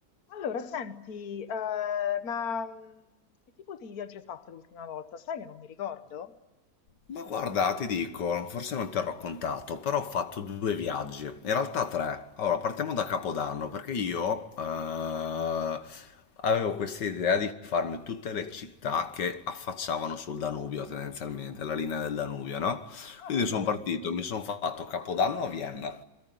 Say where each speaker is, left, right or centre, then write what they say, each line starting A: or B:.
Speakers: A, on the left; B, on the left.
A: Allora, senti, eh, ma mm, che tipo di viaggio hai fatto l'ultima volta? Sai che non mi ricordo?
B: Ma guarda, ti dico, forse non ti ho raccontato, però ho fatto due viaggi, in realtà tre. Allora, partiamo da Capodanno,
A: Addirittura.
B: perché io eh, avevo questa idea di farmi tutte le città che affacciavano sul Danubio, tendenzialmente, la linea del Danubio, no?
A: Ah,
B: Quindi
A: che bello.
B: sono partito, mi sono fatto Capodanno a Vienna,